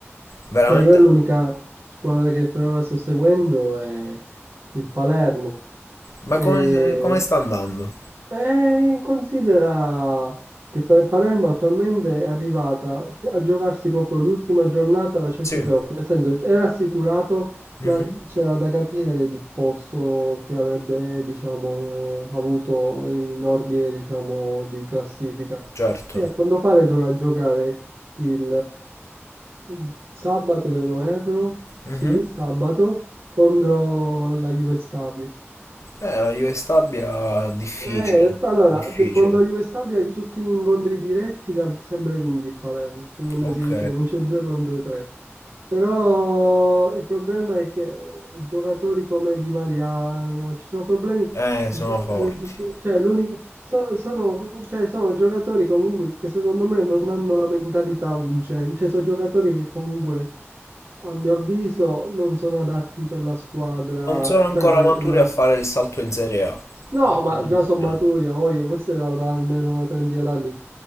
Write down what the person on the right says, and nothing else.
No, io l'unica squadra che per ora sto seguendo è il Palermo.
E
eh, considera che Pa- Palermo attualmente è arrivata fi- a giocarsi proprio l'ultima giornata alla CS
Playoff, nel senso era assicurato,
ma c'era da capire il posto che avrebbe, diciamo, avuto in ordine, diciamo, di classifica.
E a quanto pare dovrà giocare il eh, sabato, se non erro,
sì, sabato, contro la Juve Stabia.
Eh, allora,
de- con la Juve Stabia in tutti gli incontri diretti l'ha sempre vinti il Palermo, quando
si dice non c'è due contro tre. Però il problema è che giocatori come Di Mariano, ci sono problemi,
eh, cioè, l'unico, so- sono, cioè, sono giocatori comunque che secondo me non hanno la mentalità vincente, cioè sono giocatori che comunque a mio avviso non sono adatti per la squadra,
per
la,
No,
ma
già sono maturi, a voglia, questo avrà almeno una trentina d'anni.